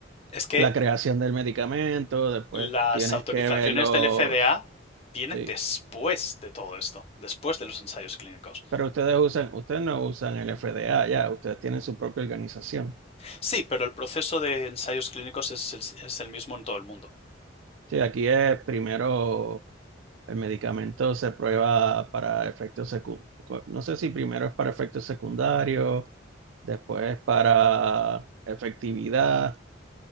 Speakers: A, on the left; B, on the right.
A: Es que
B: la creación del medicamento, después
A: las
B: tienes
A: autorizaciones
B: que ver los...
A: del FDA vienen
B: Sí.
A: después de todo esto, después de los ensayos clínicos.
B: Pero ustedes usan, ustedes no usan el FDA ya, ustedes tienen su propia organización.
A: Sí, pero el proceso de ensayos clínicos es el, es el mismo en todo el mundo.
B: Sí, aquí es primero el medicamento se prueba para efectos secundarios. No sé si primero es para efectos secundarios, después para efectividad,